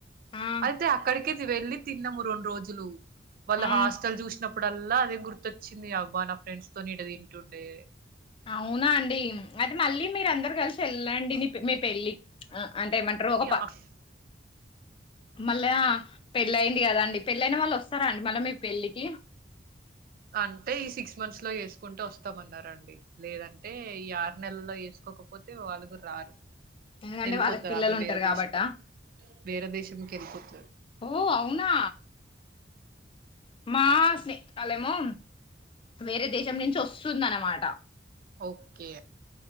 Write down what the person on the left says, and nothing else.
ఆ
ఆ
అవునా అండి అయితే మళ్ళీ మీర అందరు కలిసి వెళ్ళండి నీ మీ పెళ్ళి అంటేమంటారు ఒక పా
మళ్ళా పెళ్ళయింది కదాండి పెళ్ళయినా మళ్ళా వస్తారా అండి మళ్ళా మీ పెళ్ళికి
ఎందుకంటే
వాళ్ళకి పిల్లలు
ఉంటారు
కాబట్ట
ఓ అవునా మా స్నేహి కాలేమో వేరే దేశం నుంచి వస్తుంద అనమాట